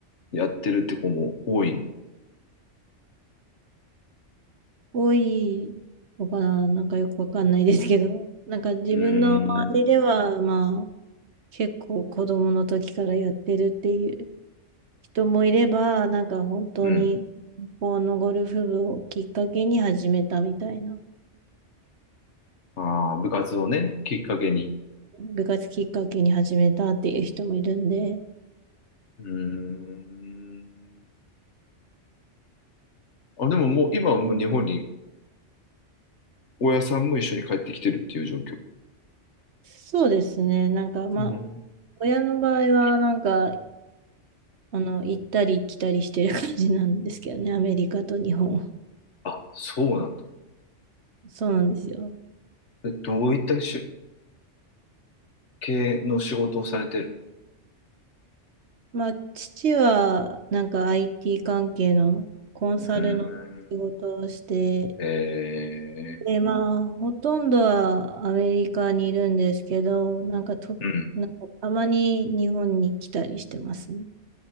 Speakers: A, on the left; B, on the right.
A: やってるって子も多いの。
B: 多いのかななんかよくわかんないですけど、なんか自分の周りでは、
A: うーん。
B: まあ、結構子供の時からやってるっていう人もいれば、なんか本当に、
A: うん。
B: このゴルフ部をきっかけに始めたみたいな、
A: ああ、部活をね、きっかけに。
B: 部活きっかけに始めたっていう人もいるんで、
A: うーん。あ、でももう今はもう日本に親さんも一緒に帰ってきてるっていう状況。
B: そうですね、なんかまあ、
A: うん。
B: 親の場合は、なんか、あの、行ったり来たりしてる感じなんですけどね、アメリカと日本。
A: あ、そうなんだ。
B: そうなんですよ。
A: え、どういったし系の仕事をされてる
B: まあ、父は、なんか IT 関係のコンサルの仕事をして
A: うーん。えー、
B: で、まあ、ほとんどはアメリカにいるんですけど、なんかと、
A: うん。
B: なんかたまに日本に来たりしてますね。